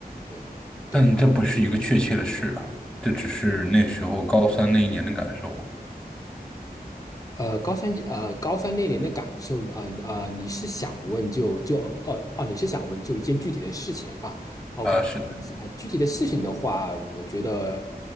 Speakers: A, on the left; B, in the centre.
A: 嗯，
B: 但这不是一个确切的事啊，
A: 对。
B: 这只是那时候高三那一年的感受。
A: 呃，高三一呃，高三那年的感受，呃呃，你是想问就就哦哦，你是想问就一件具体的事情啊？OK
B: 啊，
A: 啊，
B: 是的，
A: 啊具体的事情的话，我觉得，